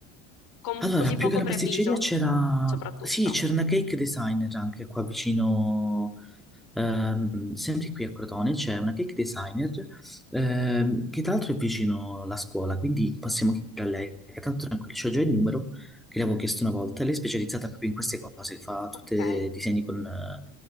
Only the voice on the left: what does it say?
Con
così
poco
preavviso,
soprattutto.
Ok,